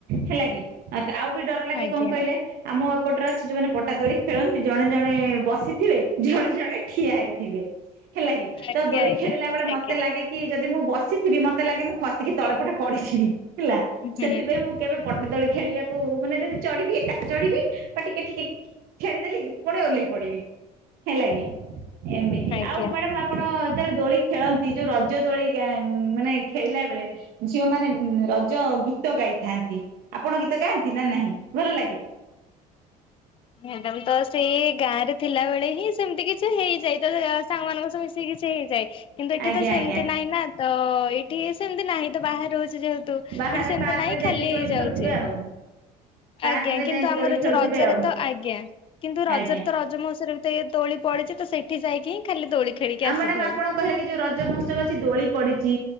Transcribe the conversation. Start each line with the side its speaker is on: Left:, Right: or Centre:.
Right: ହେଲା କି। ଆଉ ବି ଡର ଲାଗେ
Left: ଆଜ୍ଞା
Right: କଣ କହିଲେ ଆମ। ପଟରେ ଅଛି ଯୋଉମାନେ ପଟା ଦୋଳି ଖେଳନ୍ତି ଜଣେ ଜଣ। ଜଣେ ବସିଥିବେ ଜଣେ ଜଣେ ଠିଆ ହେଇଥିବେ ହେଲା କି ତ
Left: ଆଜ୍ଞା
Right: ଦୋଳି
Left: ଆଜ୍ଞା ଆଜ୍ଞା
Right: ଖେଳିଲା ବେଳେ
Left: ଆଜ୍ଞା
Right: ମତେ ଲାଗେ କି ଯଦି ମୁଁ ବସିଥିବି ମତେ। ମତେ ଲାଗେ ମୁଁ ଖସିକି ତଳପଟେ ପଡିଯିବି। ଥିଲା
Left: ହୁଁ
Right: ସେଥିପାଇଁ ମୁଁ କେବେ ପଟା ଦୋଳି ଖେଳିବାକୁ। ମାନେ ଯଦି ଚଢିବି ଏକା ଚଢିବି ବା ଟିକେ ଟିକେ ଖେଳିଦେଲି ପୁଣି ଓହ୍ଲେଇ ପଡିବି ହେଲା କି ଏମିତି
Left: ଆଜ୍ଞା
Right: ଆଉ ମ୍ୟାଡାମ ଆପଣ ଯେତେବେଳେ ଦୋଳି ଖେଳ ଯୋଉ ରଜ ଦୋଳି ଗା ମାନେ ଖେଳିଲା ବେଳେ ଝିଅ ମାନେ ଉଁ ରଜ ଗୀତ ଗାଇ ଥାନ୍ତି ଆପଣ ଗୀ ତ ଗାଆନ୍ତି ନା ନାହିଁ? ଭଲ ଲାଗେ
Left: ମ୍ୟାଡାମ ତ ସେଇ ଗାଁ ରେ ଥିଲା ବଳେ ହିଁ ସେମିତି କିଛି ହେଇଯାଇ ତ ସାଙ୍ଗମାନଙ୍କ ସହ ମିଶି କିଛି ସେ ହେଇଯାଏ କିନ୍ତୁ ଏଠି
Right: ଆଜ୍ଞା
Left: ତ ସେମିତି
Right: ଆଜ୍ଞା
Left: ନାହିଁ ନା ତ ଏଇଠି ସେମିତି ନାହିଁ ବାହର ରହୁଛୁ ଯେହେତୁ
Right: ବାହାରେ
Left: ଏଠୁ ସେମତି
Right: ପାର୍କ
Left: ନାଇଁ
Right: ରେ ଯାଇକି
Left: ଖାଲି ହେଇ
Right: ଦୋଳି
Left: ଯାଉଚି
Right: ଖେଳୁଥିବେ ଆଉ ପାର୍କ
Left: ଆଜ୍ଞା
Right: ରେ
Left: କିନ୍ତୁ
Right: ଯାଇକି
Left: ଆମର
Right: ଦୋଳି ଖେଳୁଥିବେ
Left: ଯୋଉ ରଜରେ
Right: ଆଉ
Left: ଆଜ୍ଞା କିନ୍ତୁ ରଜରେ
Right: ଆଜ୍ଞା।
Left: ତ ରଜମଉସୀ ବି ତ ଏଇ ଦୋଳି ପଡିଚି ତ ସେଇ ଉଠ ଯାଇକି ହି ଖାଲି ଦୋଳି ଖେଳିକି
Right: ଆଉ
Left: ଆସିଥାଉ।
Right: ମ୍ୟାଡାାମ ଆପଣ କହିଲେ କି ଯୋଉ ରଜ ମହୋତ୍ସବ ଅଛି ଦୋଳି ପଡିଚି